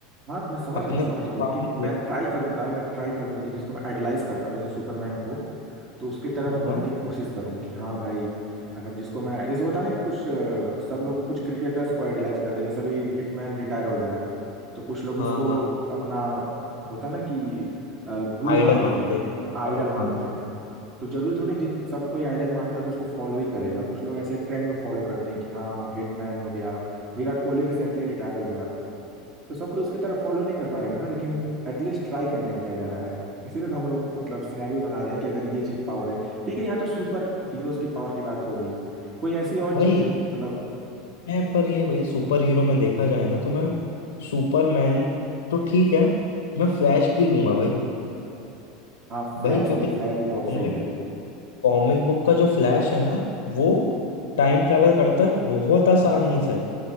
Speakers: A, on the right; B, on the left.
A: हाँ तो मैं समझ
B: अपने
A: रहा हूँ समझ
B: को
A: रहा हूँ लेकिन
B: power मिलेगी।
A: मैं ट्राई करूंगा मैं ट्राई करूंगा कि जिसको मैं आइडलाइज करता हूँ जैसे सुपरमैन को तो उसकी तरह मैं
B: हाँ हाँ
A: बनने की कोशिश करूँ कि हाँ भाई अगर जिसको मैं जैसे होता है ना कि कुछ अ, सब लोग कुछ क्रिकेटर्स को आइडलाइज करते हैं जैसे अभी हिटमैन रिटायर हो
B: हाँ
A: गया तो कुछ लोग उसको
B: हाँ हाँ
A: अपना होता ना कि अ, गुरु
B: आइडल
A: मानते
B: मान
A: हैं
B: ले आइडल
A: आइडल मानते
B: मानते
A: हैं
B: हैं
A: तो जरूरी थोड़ी कि जब सब कोई आइडल मानता है तो उसको फॉलो ही करेगा कुछ लोग ऐसे ट्रेंड में फॉलो करते हैं कि हाँ हिटमैन हो गया विराट कोहली रिसेंटली रिटायर हो गया तो सब कोई उसकी तरह फॉलो नहीं कर पाएगा ना लेकिन एटलीस्ट ट्राई करने में क्या जा रहा है इसीलिए तो हम लोग मतलब सिनेरियो बना रहे हैं कि अगर ये चीज पावर है ठीक है यहाँ तो सुपर हीरोज की पावर की बात हो गई कोई ऐसी और
B: भाई
A: चीज मतलब
B: मैं पर ये भाई सुपर हीरो में देखा जाए ना तो मैं सुपरमैन तो ठीक है मैं फ्लैश की लूंगा भाई
A: हाँ फ्लैश
B: भाई क्योंकि
A: भी
B: कॉमिक
A: फ्लैश भी बहुत सही है
B: कॉमिक बुक का जो फ्लैश है ना वो टाइम ट्रेवल करता है बहुत आसानी से